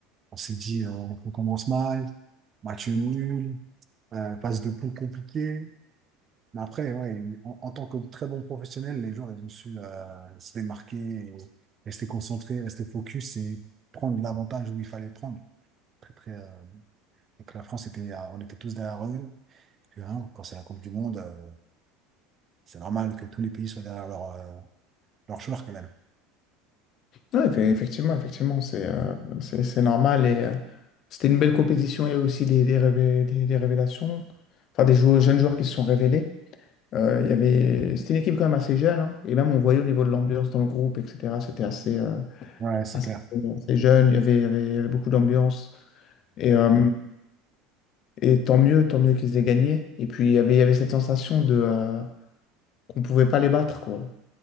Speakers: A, on the right; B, on the left.
A: On s'est dit, euh, on commence mal, match nul, euh, phase de poule compliquée. Mais après, ouais, en, en tant que très bon professionnel, les gens, ils ont su euh, se démarquer, et rester concentrés, rester focus et prendre l'avantage où il fallait prendre. Très, très, euh, donc la France était, euh, on était tous derrière eux. Parce que, hein, quand c'est la Coupe du Monde, euh, c'est normal que tous les pays soient derrière leur, euh, leurs joueurs quand même.
B: Oui, effectivement, effectivement, c'est euh, c'est c'est normal. Et euh, c'était une belle compétition. Il y a eu aussi des, des révé- des- des révélations, enfin des joueurs, jeunes joueurs qui se sont révélés. Euh, il y avait... C'était une équipe quand même assez jeune, hein. Et même on voyait au niveau de l'ambiance dans le groupe, etc. C'était assez, euh,
A: Ouais, c'est
B: assez,
A: clair.
B: assez jeune, il y avait, il y avait, il y avait beaucoup d'ambiance. Et, euh, et tant mieux, tant mieux qu'ils aient gagné. Et puis il y avait, il y avait cette sensation de, euh, qu'on ne pouvait pas les battre, quoi.